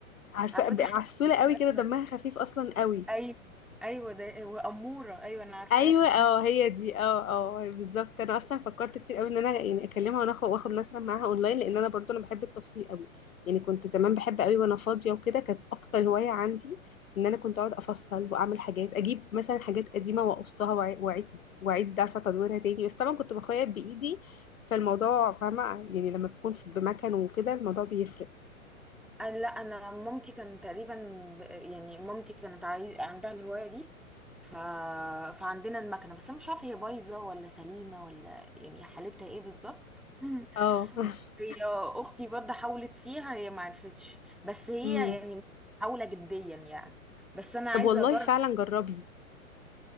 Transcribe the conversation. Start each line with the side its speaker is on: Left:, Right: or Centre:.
Left: عارفة
Centre: على فكرة
Left: ب- عسولة
Centre: احنا مامتنا
Left: قوي كده دمها خفيف أصلا قوي
Centre: ايوه ايوه ده واموره ايوه انا عارفاها
Left: ايوه اه هي دي اه اه بالظبط انا اصلا فكرت كتير قوي ان انا يعني اكلمها وناخد واخد نسرة معاها اونلاين لان انا برضو انا بحب التفصيل قوي يعني كنت زمان بحب قوي وانا فاضيه وكده كانت اكتر هوايه عندي ان انا كنت اقعد افصل واعمل حاجات اجيب مثلا حاجات قديمه واقصها وأع- واعيد واعيد عارفه تدويرها تاني بس طبعا كنت بخيط بايدي فالموضوع فاهمه يعني لما بتكون في- بمكان وكده الموضوع بيفرق
Centre: أنا لا انا مامتي كان تقريبا ب- يعني مامتي كانت عايز عندها الهوايه دي ف... فعندنا المكنه بس انا مش عارفه هي بايظه ولا سليمه ولا يعني حالتها ايه بالظبط <laughs>
Left: اه <laughs>
Centre: هي اختي برضه حاولت فيها هي ما عرفتش بس هي
Left: امم
Centre: يعني محاوله جديا يعني بس انا عايزه
Left: طب والله
Centre: اجرب
Left: فعلا جربي